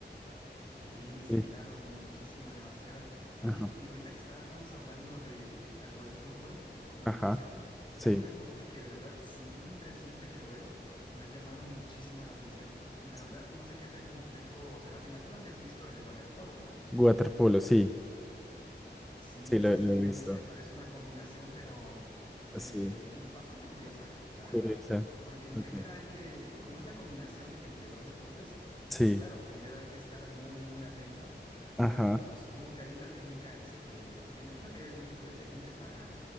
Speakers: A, on the left; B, in the centre.
A: Sí, sí,
B: Sí.
A: claro, muchísima, demasiada. Oye,
B: Ajá,
A: y ahorita que estábamos hablando de tanto de fútbol como
B: ajá,
A: natación,
B: sí.
A: hay un deporte que de verdad siempre, siempre que lo veo, me ha llamado muchísima la atención. Y la
B: sí.
A: verdad no sé qué tan complejo será. Me imagino que has visto el waterpolo, ¿no?
B: Waterpolo, sí,
A: Sí,
B: sí, lo,
A: sí, sí,
B: lo he visto.
A: a mí se me parece una combinación, pero eh,
B: Sí,
A: mu- bastante curiosa, la
B: curiosa.
A: verdad, porque en
B: Ok.
A: primera hay que, como es la combinación entre dos deportes,
B: Sí,
A: pues claro, primero hay que estar muy, muy atento a cuidar,
B: ajá,
A: bueno, supongo que ahí la técnica, este, me imagino que hay algún tipo de técnica para,